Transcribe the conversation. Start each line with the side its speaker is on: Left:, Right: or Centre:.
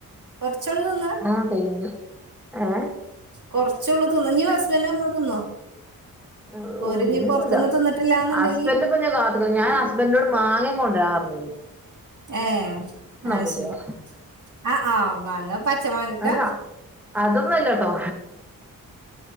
Right: കൊർ ച്ചാളും തിന്നാ
Centre: ആഹ് കഴിഞ്ഞു ഏഹ്
Right: കൊർ ച്ചൊള്ളൂ തിന്ന ഇഞ്ഞ് ഹസ്ബന്റ് വന്ന തിന്നോ?
Centre: ആഹ്.
Right: ഓര്
Centre: ഓഹ്
Right: ഇഞ്ഞ്
Centre: ഇഞ്ഞ്ന്നൂല.
Right: പൊറത്ത്ന്ന് തിന്നിട്ടില്ലാന്ന്ണ്ടെങ്കി
Centre: ഹസ്ബൻഡ് പ്പൊ ഞ്ഞ് കാത്ത്ക്ക്ണ്. ഞാൻ ഹസ്ബൻഡിനോട് മാങ്ങേ കൊണ്ടരാൻ പർഞ്ഞീ
Right: ഏഹ് അയ്
Centre: പൂതിയാ
Right: ശരി അ ആഹ് മാങ്ങ പ ച്ചമാങ്ങക്കാ.
Centre: അല്ല അതൊന്നല്ലട്ടോ